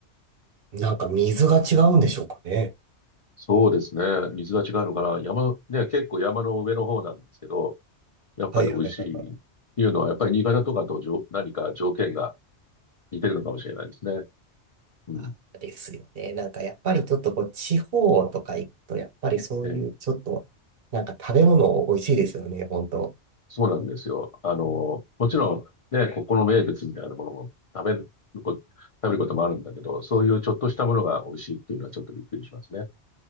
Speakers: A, on the right; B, on the left.
A: なんか水が違うんでしょうかね。
B: そうですね。水が違うのかな。山の、ね、結構山の上の方なんですけど、やっぱり美味しいっていうのは、
A: はいはいはいはい。
B: やっぱり新潟とかとじょ何か条件が似てるのかもしれないですね。うん。
A: あーですよね。なんかやっぱりちょっとこう地方とか行くと、やっぱりそういうちょっと、
B: ええ、
A: なんか食べ物美味しいですよね、本当。
B: そうなんですよ。あの、もちろんね、ここの名物みたいなものも食べるこ、食べることもあるんだけど、そういうちょっとしたものが美味しいっていうのはちょっとびっくりしますね。